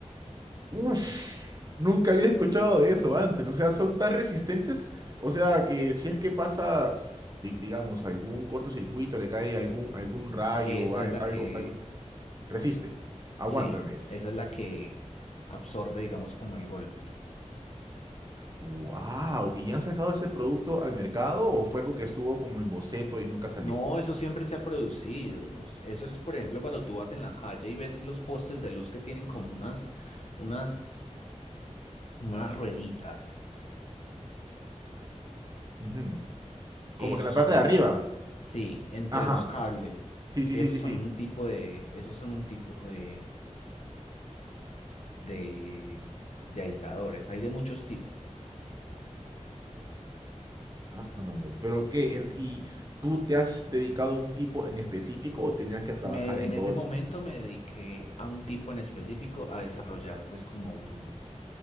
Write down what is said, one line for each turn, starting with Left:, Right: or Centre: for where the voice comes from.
Right: Uf, Nunca había escuchado de eso antes. O sea, son tan resistentes. O sea, que si es que pasa, di- digamos, algún cortocircuito, le cae algún, algún rayo,
Left: Esa
Right: al-
Left: es la
Right: algo,
Left: que,
Right: algo, resiste. Aguántame.
Left: sí, esa es la que absorbe, digamos, como el golpe.
Right: wow. ¿Y han sacado ese producto al mercado o fue algo que estuvo como en boceto y nunca salió?
Left: No, eso siempre se ha producido. Eso es, por ejemplo, cuando tú vas en la calle y ves los postes de luz que tienen como unas, unas, unas rueditas.
Right: Ujú. Como
Left: Esos
Right: que en la parte
Left: son,
Right: de arriba.
Left: sí, entre
Right: Ajá.
Left: los cables.
Right: Sí, sí,
Left: Esos
Right: sí, sí,
Left: son
Right: sí.
Left: un tipo de, esos son un tipo de, de, de aisladores. Hay de muchos tipos.
Right: Ah, no, Pero qué, En- ¿y tú te has dedicado a un tipo en específico o tenías que trabajar
Left: Me,
Right: en
Left: en
Right: todos
Left: ese momento
Right: los tipos?
Left: me dediqué a un tipo en específico a desarrollar pues como un,